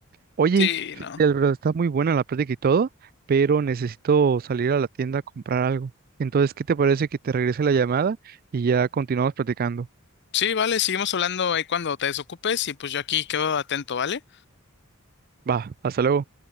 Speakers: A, on the right; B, on the left.
A: Oye,
B: Sí,
A: fíjate,
B: no.
A: Alfredo, está muy buena la plática y todo, pero necesito salir a la tienda a comprar algo. Entonces, ¿qué te parece que te regrese la llamada y ya continuamos platicando?
B: Sí, vale, seguimos hablando ahí cuando te desocupes y pues yo aquí quedo atento, ¿vale?
A: Va, hasta luego.